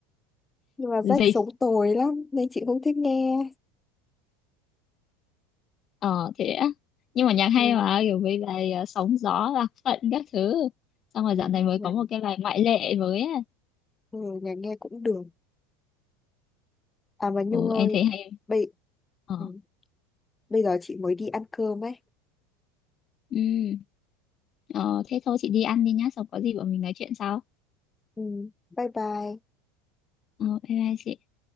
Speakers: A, on the left; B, on the left.
A: nhưng mà Jack
B: gì
A: sống tồi lắm nên chị không thích nghe
B: ờ thế á. nhưng mà nhạc hay
A: Ừ.
B: mà kiểu với bài ờ, sóng gió lạc phận các thứ xong rồi
A: Ừ.
B: dạo này mới
A: Nhạc
B: có một cái bài ngoại lệ mới á
A: ừ, nhạc nghe cũng được à mà Nhung
B: ừ,
A: ơi
B: em thấy hay
A: bây
B: ờ
A: ừ. bây giờ chị mới đi ăn cơm ấy
B: ừ ờ thế thôi chị đi ăn đi nhá xong có gì bọn mình nói chuyện sau
A: Ừ. bye bye
B: ờ bye bye chị